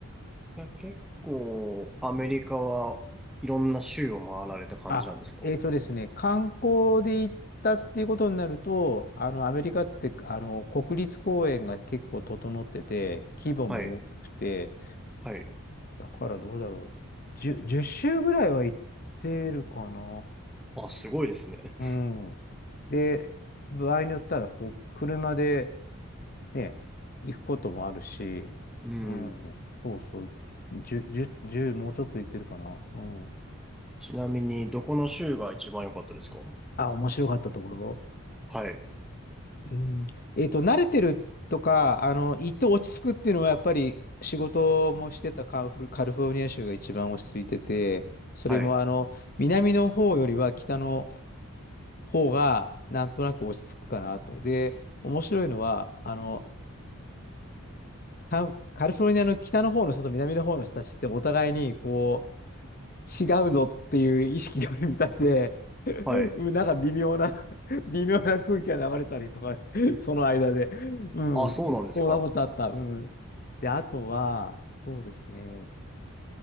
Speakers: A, in the centre; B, on the left.
A: や、結構、アメリカはいろんな州を回られた感じなんですか
B: あ、えーとですね、観光で行ったっていうことになると、あの、アメリカって、あの、国立公園が結構整ってて、規模も大きくて、
A: はい、はい。
B: だからどうだろう。10、1周ぐらいは行ってるかな。
A: あ、すごいですね。
B: うん。で、場合によったら、こう、車でね、行くこともあるし、
A: うん。
B: うん、そうそう、10、1もうちょっと行ってるかな。うん。
A: ちなみに、どこの州が一番良かったですか
B: あ、面白かったところ。
A: はい、
B: うん、えっと、慣れてるとか、あの、行って落ち着くっていうのは、やっぱり仕事もしてたカンフル、カリフォルニア州が一番落ち着いてて、それもあの、
A: はい、
B: 南の方よりは北の方が、なんとなく落ち着くかなと。で、面白いのは、あの、カンカリフォルニアの北の方の人と南の方の人たちってお互いに、こ違うぞっていう意識があるみたいで、<laughs>
A: はい。
B: うんなんか微妙な <laughs> 微妙な空気が流れたりとか、<laughs> その間で。うん。
A: あ、そうなんですか
B: そんなことあった。うん。で、あとは、そうですね。